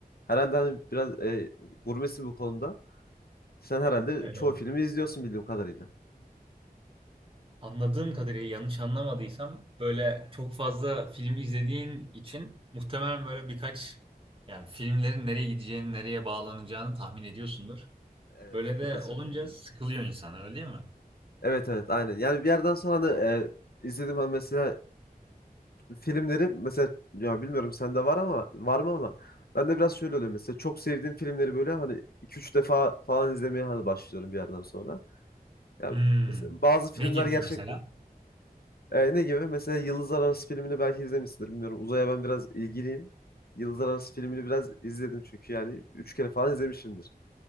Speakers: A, on the left; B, on the right.
A: herhalde hani biraz e, gurmesin bu konuda. Sen herhalde
B: Ee,
A: çoğu filmi izliyorsun bildiğim kadarıyla.
B: anladığım kadarıyla yanlış anlamadıysam böyle çok fazla film izlediğin için muhtemelen böyle birkaç yani filmlerin nereye gideceğini, nereye bağlanacağını tahmin ediyorsundur.
A: Evet,
B: Böyle de
A: birazcık
B: olunca
A: öyle.
B: sıkılıyor insan, öyle değil mi?
A: Evet evet aynen. Yani bir yerden sonra hani e, izledim hani mesela filmleri mesela ya bilmiyorum sende var ama var mı ama ben de biraz şöyle oluyor mesela çok sevdiğim filmleri böyle hani iki üç defa falan izlemeye hani başlıyorum bir yerden sonra. Ya
B: Hmm.
A: mesela bazı filmler
B: Ne gibi
A: gerçekten
B: mesela?
A: e, ne gibi? Mesela Yıldızlar Arası filmini belki izlemişsindir bilmiyorum. Uzaya ben biraz ilgiliyim. Yıldızlar Arası filmini biraz izledim çünkü yani 3 kere falan izlemişimdir.